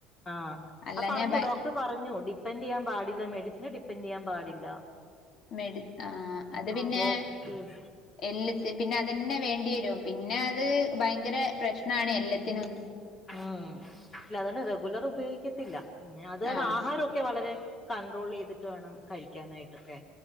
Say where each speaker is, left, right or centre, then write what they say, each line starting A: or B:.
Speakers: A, on the left; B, on the left.
A: ആ
B: അല്ലാഞ്ഞാ
A: പറഞ്ഞു
B: ഭ
A: ഡോ ക്ഡർ പറഞ്ഞു ഡിപ്പൻറ് യ്യാൻ പാടില്ല മെഡിസിനെ ഡിപ്പെൻഡറ് ചെയ്യാൻ പാടില്ല
B: മെഡ ആഹ് അത്
A: ആ
B: പിന്നെ
A: വോക്ക്
B: എല്ലത്തി പിന്നെ അതന്നെ വേണ്ടി വരും പിന്നെ അത് ഭയങ്കര പ്രശ്നാണ് എല്ലത്തിനും
A: ഉംമ് ഇല്ല അതന്നെ റെഗുലർ ഉപയോഗിക്കത്തില്ല അത
B: ആഹ്
A: ആഹാരം വളരെ കണ്ട്രോൾ ചെയ്തിട്ട് വേണം കഴിക്കാനായിട്ടൊക്കെ